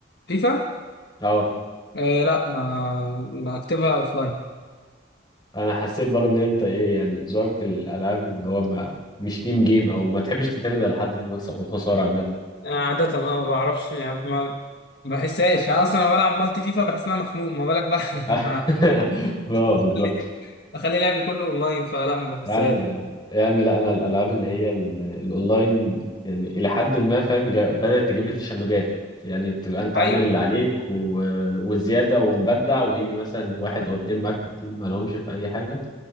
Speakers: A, on the left; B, on the left.
A: فيفا
B: اه
A: آه، لا ما ما اكتبها اوف لاين
B: انا حسيت برضه ان انت ايه يعني ذوقك في الالعاب اللي هو ما مش تيم جيم او ما تحبش تعتمد على حد في المكسب والخساره عامه
A: عاده اه ما بعرفش يعني ما ما بحسهاش انا اصلا لما بلعب مالتي فيفا بحس ان انا مخنوق ما بالك بقى <laughs>
B: <laughs>
A: لما
B: اه
A: اخلي
B: بالظبط
A: أخلي لعبي كله اونلاين فلا ما بحسهاش
B: يا عم يا عم لا انا الالعاب اللي هي ال- الاونلاين يعني الى حد ما فاهم جا- بدات تجيب لي تشنجات يعني تبقى انت
A: ايوه
B: عامل اللي عليك و... وزياده ومبدع ويجي مثلا واحد او اتنين معاك في التيم ما لهمش في اي حاجه